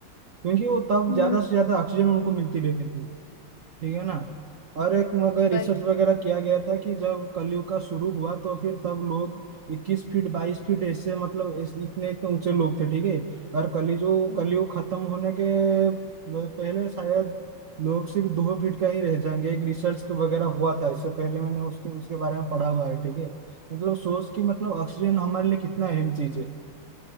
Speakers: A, on the right; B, on the left.
A: क्योंकि वो तब
B: हम्म
A: ज्यादा से ज्यादा ऑक्सीजन उनको मिलती रहती थी ठीक है ना और एक मगर रिसर्च
B: वही
A: वगैरह किया गया था कि जब कलयुग का शुरू हुआ तो फिर तब लोग 21 फीट 22 फीट ऐसे मतलब ऐसे- इतने इतने ऊंचे लोग थे ठीक है और कली जो
B: हम्म।
A: कलयुग खत्म होने के पहले शायद लोग सिर्फ दो फीट का ही रह जाएंगे एक रिसर्च के वगैरह हुआ था इससे पहले मैंने उसके उसके बारे में पढ़ा हुआ है ठीक है मतलब सोच कि मतलब ऑक्सीजन हमारे लिए कितना अहम चीज है